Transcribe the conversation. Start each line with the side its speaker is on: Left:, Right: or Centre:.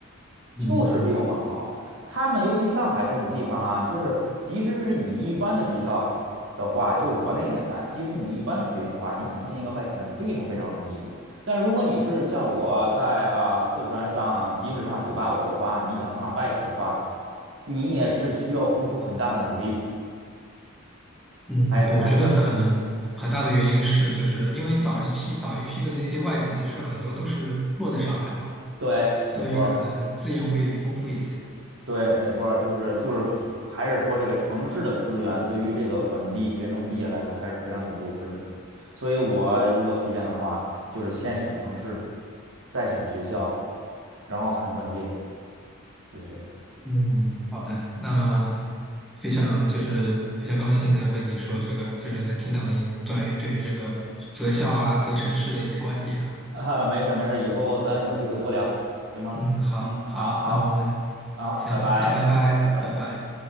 Centre: 嗯。
Right: 就是比我们好。他们尤其上海这种地方啊，就是即使是你一般的学校的话，就是我那个年代，即使你一般的学校的话，你想进一个外企那非常非常容易的。但如果你是像我在啊、四川上，即使上九八五的话，你想上外企的话，你也是需要付出很大的努力
Centre: 嗯，
Right: 才才可以。
Centre: 对我觉得可能很大的原因是，就是因为早一期、早一批的那些外企，其实很多都是落在上海嘛，
Right: 对，
Centre: 所以可能资源会丰富一些。
Right: 没错儿。对，没错儿就是就是还是说这个城市的资源对于这个本地学生毕业来说还是非常有优势的，所以我如果推荐的话，就是先选城市，再选学校，然后看专业，就是这样。
Centre: 嗯，好的，那非常就是非常高兴能和你说这个，就是能听到您关于对于这个择校啊、择城市的一些观点啊。
Right: <laughs> 啊，没事儿没事儿以后咱有机会多聊，行吗？
Centre: 嗯，好好，
Right: 嗯，好好
Centre: 那我们
Right: 好，
Centre: 行，
Right: 拜拜，
Centre: 那拜拜，
Right: 拜拜。
Centre: 拜拜。